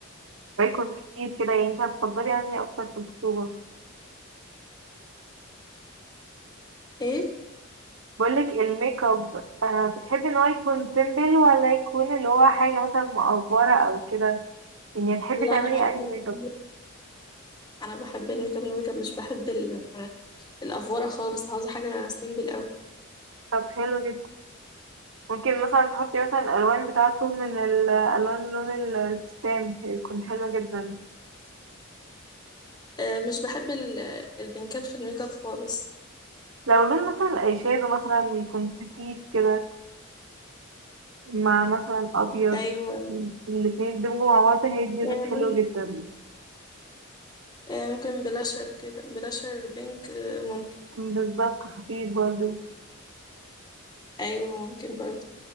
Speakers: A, on the right; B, on the left.
A: يكون كتير كده يعني انت هتفضلي يعني أكتر في الخطوبة
B: ايه
A: بقولك الميك اب آه بتحبي ان هو يكون سيمبل ولا يكون اللي هو حاجة مثلا مقفرة او كده يعني تحبي
B: لا
A: تعملي
B: انا بحب
A: انهي ميك اب
B: ال- انا بحب الميك اب الميك اب مش بحب ال- الافوره خالص عاوزه حاجه سيمبل قوي
A: طب حلو جدا ممكن مثلا تحطي مثلا الالوان بتاعته من الالوان لون الفستان يكون حلو جدا
B: آه مش بحب ال- البنكات في الميك اب خالص
A: لو لون مثلا الايشادو مثلا يكون خفيف كده مع مثلا ابيض
B: ايوه
A: الاتنين يدمجوا مع بعض هيدي
B: آه
A: لون حلو
B: ممكن,
A: جدا
B: آه ممكن بلاشر كده بلاشر بينك آه ممكن
A: بالظبط خفيف برضه
B: ايوه ممكن برضه